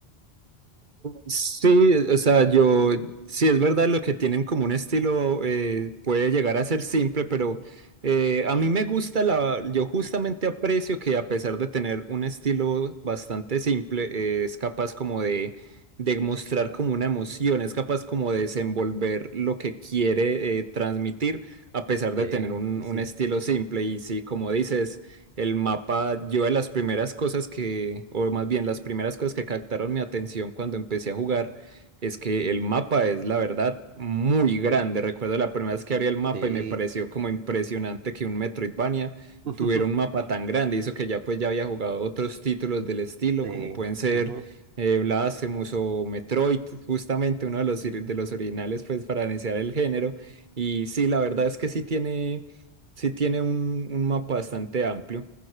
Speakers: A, on the right (about 50°); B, on the right (about 65°).
A: Sí, o sea, yo, sí es verdad lo que tienen como un estilo eh, puede llegar a ser simple, pero eh, a mí me gusta la, yo justamente aprecio que a pesar de tener un estilo bastante simple, eh, es capaz como de, de mostrar como una emoción, es capaz como de desenvolver lo que quiere eh, transmitir a pesar de
B: Sí,
A: tener un,
B: sí,
A: un
B: sí,
A: estilo simple y sí, como dices, el mapa, yo de las primeras cosas que, o más bien las primeras cosas que captaron mi atención cuando empecé a jugar, es que el mapa es, la verdad, muy grande. Recuerdo la primera vez que abrí el mapa
B: sí,
A: y me pareció como impresionante que un Metroidvania
B: <laughs>
A: tuviera un mapa tan grande. Y eso que ya pues ya había jugado otros títulos del estilo,
B: sí,
A: como pueden ser
B: ujú,
A: eh, Blasphemous o Metroid, justamente uno de los, ori- de los originales pues para iniciar el género. Y sí, la verdad es que sí tiene, sí tiene un un mapa bastante amplio.